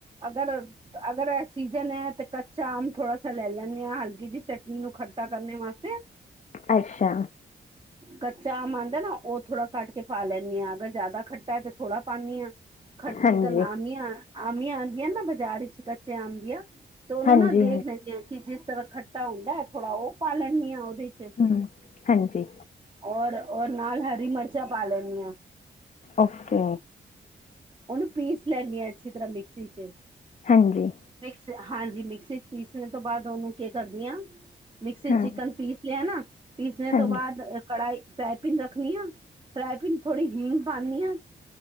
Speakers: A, on the right; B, on the left.
A: ਅਗਰ-ਅਗਰ ਸੀਜਨ ਹੈ। ਤੇ ਕੱਚਾ ਆਮ ਥੋੜਾ ਸਾ ਲੈ ਲੈਂਦੇ ਹਾਂ, ਹਲਕੀ ਜਿਹੀ ਚਟਨੀ ਨੂੰ ਖਰਾ ਕਰਨੇ ਵਾਸਤੇ।
B: ਅੱਛਾ।
A: ਕੱਚਾ ਆਮ ਆਉਦਾ ਨਾ, ਉਹ ਥੋੜਾ ਕੱਟ ਕੇ ਪਾ ਲੈਂਦੀ ਹਾਂ। ਅਗਰ ਜ਼ਿਆਦਾ ਖੱਟਾ ਹੈ, ਤੇ ਥੋੜਾ ਪਾਉਂਦੀ ਹਾਂ। ਖ
B: ਹਾਂਜੀ
A: ਜਕਨ ਆਮ ਆਮੀਆਂ ਆਉਂਦੀਆਂ ਨਾ ਬਾਜ਼ਾਰ ਵਿੱਚ, ਕੱਚੇ ਆਮ ਆਉਦੀਆਂ ਤੇ ਉਹਨੂੰ
B: ਹਾਂਜੀ
A: ਨਾ
B: ਹਾਂਜੀ
A: ਦੇਖ ਲੈਂਦੇ ਆਾਂ, ਕਿ ਜਿਸ ਤਰ੍ਹਾਂ ਖੱਟਾ ਹੁੰਦਾ, ਥੋੜਾ ਉਹ ਪਾ ਲੈਂਦੇ ਹਾਂ ਉਹਦੇ 'ਚ।
B: ਹਮ, ਹਾਂਜੀ।
A: ਔਰ, ਔਰ ਨਾਲ ਹਰੀ ਮਿਰਚਾਂ ਪਾ ਲੈਦੀ ਹੈ।
B: ਓਕੇ।
A: ਉਹਨੂੰ ਪੀਸ ਲੈਣੀ ਹੈ, ਅੱਛੀ ਤਰ੍ਹਾਂ ਮਿਕਸੀ 'ਚ
B: ਹਾਂਜੀ।
A: ਮਿਕਸ ਹਾਂਜੀ ਮਿਕਸੀ ਚ ਪੀਸ ਤੋਂ ਬਾਦ ਉਹਨੂੰ ਕਰਦੀ ਆ ਮਿਕਸੀ
B: ਹਾਂ
A: ਚਿਕਨ ਪੀਸ ਲਿਆ ਨਾ ਪੀਸਨੇ
B: ਹਾਂਜੀ
A: ਤੋਂ ਬਾਦ ਕੜਾਈ ਫਰਾਈਪੀਨ ਰੱਖਨੀ ਆ ਫਰਾਈਪੀਨ ਥੋੜੀ ਹਿੰਗ ਪਾਨੀ ਆ